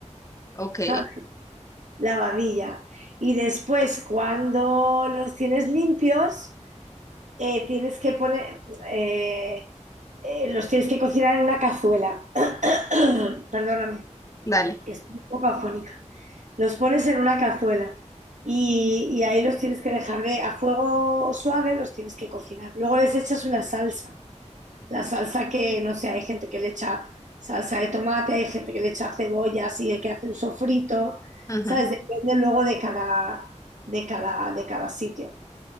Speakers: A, on the left; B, on the right.
A: Ok.
B: ¿sabes? La babilla. Y después, cuando los tienes limpios, eh, tienes que poner, eh, eh, los tienes que cocinar en una cazuela. <clears throat> Perdóname,
A: Dale.
B: que estoy un poco afónica. Los pones en una cazuela y, y ahí los tienes que dejar de, a fuego suave, los tienes que cocinar. Luego les echas una salsa, la salsa que, no sé, hay gente que le echa salsa de tomate, hay gente que le echa cebolla, así que hace un sofrito,
A: Ujú.
B: ¿sabes? Depende luego de cada, de cada, de cada sitio.